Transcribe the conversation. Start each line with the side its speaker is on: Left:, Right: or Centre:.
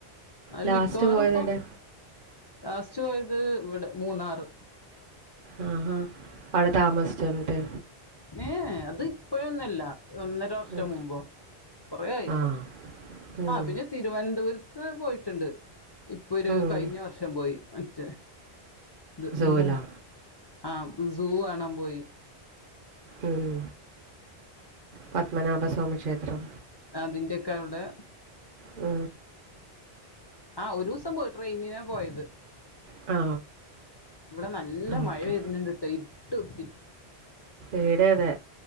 Left: അതില്
Right: ലാസ്റ്റ്
Left: മിക്കവാറും
Right: പോയത്
Left: ഇപ്പൊ
Right: എവിടെ
Left: ലാസ്റ്റ് പോയത് ഇവിടെ മൂന്നാറ്
Right: ആ ആ ആടെ താമസിച്ചോ പോ
Left: ഏഹ അത് ഇപ്പോഴൊന്നല്ല ഒന്നര വർഷം
Right: ഉം
Left: മുമ്പോ കൊറയായിപ്പൊ
Right: ആ ഉം
Left: ആ പിന്നെ തിരുവനന്ത ദൂരത്തു പോയിട്ടുണ്ട് ഇപ്പൊ ഒരു
Right: ഉം
Left: കഴിഞ്ഞ വർഷം പോയി റ്റ് ഇ
Right: സൂവിലോ
Left: എന്താ ആ സൂ കാണാൻ പോയി
Right: ഉം പത്മനാഭസ്വാമി ക്ഷേത്രം
Left: അതിന്റെയൊക്കെ അവിടെ
Right: ഉ
Left: ആ ഒരു ദിവസം പോയി ട്രെയിൻ പോയത്
Right: ആ
Left: ഇവിടെ നല്ല
Right: ഓക്കെ
Left: മഴ വരുന്നിടണ്ടുട്ടോ ഇരുട്ട് കുത്തി
Right: ഇവിടെ അതെ